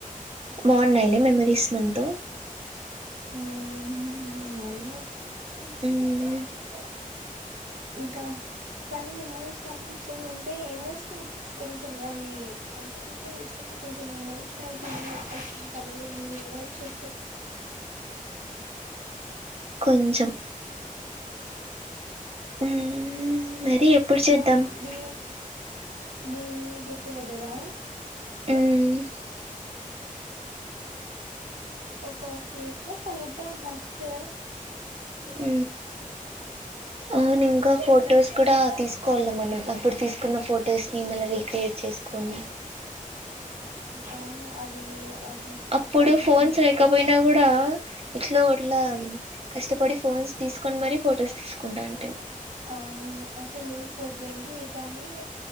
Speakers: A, on the right; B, on the right.
A: బాన్నాయిలే మెమరీస్ మంతో
B: ఉమ్ మ్మ్ అవునులే
A: అ
B: ఇంకా కానీ మెమోరీస్ మాత్రం సేమ్ ఉంటాయి ఎమోషనల్ కొంచెం అవి అంటే గుర్తు తెసుకుంటే కొంచెం ఎమోషనల్ ఫీలింగ్ వచ్చేస్తాయి కళ్ళల్లోకి నీళ్లు కూడా వచ్చేస్తాయి
A: కొంచం ఉమ్ మరి ఎప్పుడు
B: ఇంకా
A: చేద్దాం
B: అ ఇన్ని గెట్టుగెదరా
A: ఉమ్
B: ఒక కేఫ్ లో కలుద్దాం ఫస్ట్
A: అ అవున్ ఇంకా ఫొటోస్ కూడా తీసుకోవాలి మనం అప్పుడు తీసుకున్న ఫొటోస్ ని మళ రీక్రియేట్ చేసుకోవాలి అ
B: అవును అది అది
A: అప్పుడు
B: అది
A: ఫోన్స్
B: తీసుకొని
A: లేకపోయినా కూడా ఇట్లో అట్ల
B: ఎ
A: కష్టపడి ఫోన్స్ తీసుకొని మరి ఫొటోస్ తీసుకుంటా అంటే
B: అవును అసలు ఫోర్ ట్వంటీ కానీ